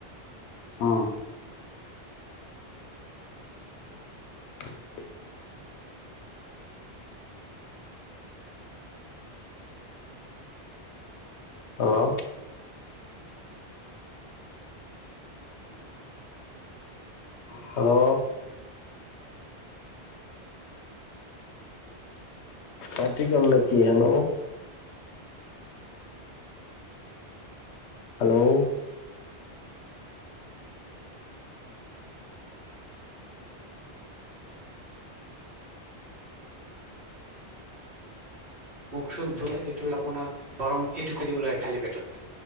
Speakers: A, on the left; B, on the right.
A: অঁ। <inaudible> হেল্ল'। হেল্ল'। কাতি গ'ল নেকি হেল্ল'? হেল্ল'।
B: মুখ- চুখ ধুৱাই যিটো আপোনাৰ গৰম সেইটো খেজুৰ খাই দিব লাগে খালী পেটত।